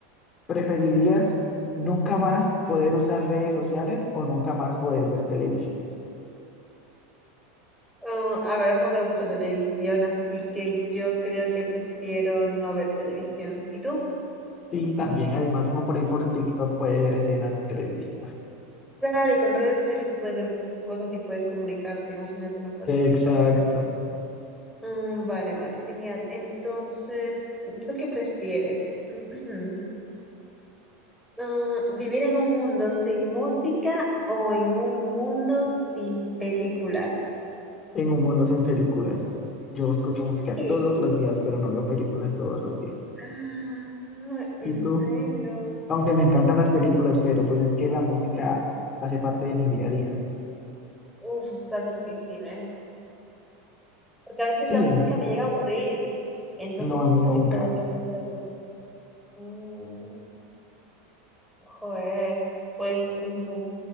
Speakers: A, on the left; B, in the centre.
A: ¿preferirías nunca más poder usar redes sociales o nunca más poder ver televisión?
B: Ah, a ver, no veo mucha televisión, así que yo creo que prefiero no ver televisión. ¿Y tú?
A: Sí, también, además uno por ahí por TikTok puede ver escenas de televisión.
B: Claro, y con redes sociales tú puedes ver muchas cosas y puedes comunicarte. Imagínate no poder comunicarte.
A: Exacto,
B: Mm, vale, vale, genial. Entonces, ¿tú qué prefieres? <clears throat> Ah, vivir en un mundo sin música o en un mundo sin películas.
A: en un mundo sin películas. Yo escucho música
B: Sí.
A: todos los días, pero no veo películas todos los días.
B: Ah,
A: ¿Y
B: en
A: tú?
B: serio.
A: Aunque me encantan las películas, pero pues es que la música hace parte de mi día a día.
B: Uf, está difícil, ¿eh? Porque a veces
A: Sí,
B: la música me llega a aburrir. Entonces
A: no,
B: no
A: a
B: es
A: mí
B: como
A: nunca.
B: que todo tiempo voy a estar con música. Mm, joder. Pues, mm,